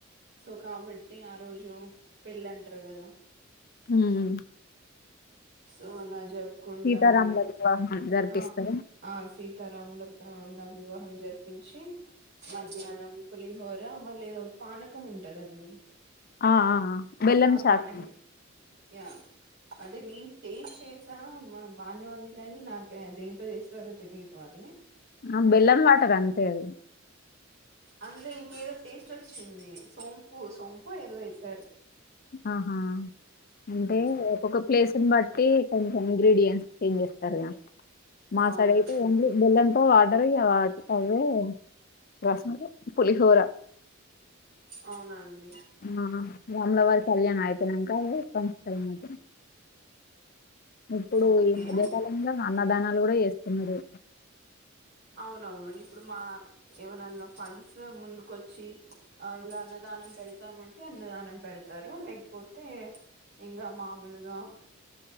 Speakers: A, on the right; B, on the left.
A: సో కాబట్టి ఆ రోజు పెళ్ళింటారు కదా
B: ఉం
A: సో అలా జప్పుకుంటాము
B: సీతారాముల వివాహం జరిపిస్తారు
A: ఆ అ సీ తరాములా ఆ ఇలా వివాహం జరిపించి మధ్యాహ్నం పులిహోర మళ్ళి ఏదో పానకం ఉంటదండి
B: ఆ అ అ బెల్లం
A: ఆ
B: చాక్
A: పానకం యా అంటే నేను టేస్ట్ చేసి మా బానేఉంది గాని నాకె దేంతో చేస్తారో తెలియదు అది
B: ఆ బెల్లం వాటర్ అం తేదు
A: అందులో ఇంకేదో టేస్ట్ వచ్చింది సోంపు సోంప్పో ఏదో వేసారు
B: ఆహా అంటే
A: ఉమ్,
B: ఒక్కొక్క ప్లేస్ని బట్టి కొంచెం ఇంగ్రీడియ చేంజ్ చేస్తారుగా మా
A: అవునా
B: సైడ్ అయితే ఓన్లీ బెల్లంతో వా అండరి వాటి అవే రసము పులిహోర
A: అవునండి
B: ఆ రాములవారి కళ్యానం అయి పోయినంక మా ఇప్పుడు
A: ఓకే
B: ఈ మధ్యకాలంలో అన్నదాన వాళ్ కూడా చేస్తున్నారు
A: అవునవును ఇప్పుడు మా ఏమనన్నా ఫండ్స్ ముందుకొచ్చి ఆ ఇలా అన్నదానం పెడితే ాంటే అన్నదానం పెడతారు లేకపోతే ఇకా మామలుగా